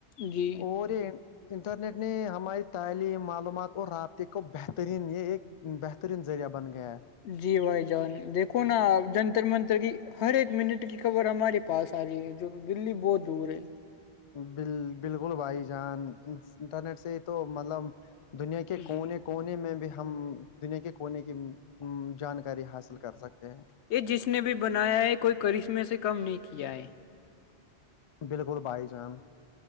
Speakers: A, on the left; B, on the left.
A: جی
B: اور یہ انٹرنیٹ نے ہماری تعلیم معلومات اور رابطے کو بہترین یہ ایک بہترین ذریعہ بن گیا
A: جی بھائی جان دیکو نا جنتر منتر کی ہر ایک منٹ کی خبر ہمارے پاس آ رہی ہے جو دللی بہت دور ہے
B: ب بالکل بھائی جان انٹرنیٹ سے تو مطلب دنیا کے کونے
A: جی
B: کونے میں بھی ہم دنیا کے کونے کی جانکاری حاصل کر سکتے ہیں
A: یہ جس نے بھی بنایا ہے کوئی کرشمے سے کم نہیں کیا ہے
B: بالکل بھائی جان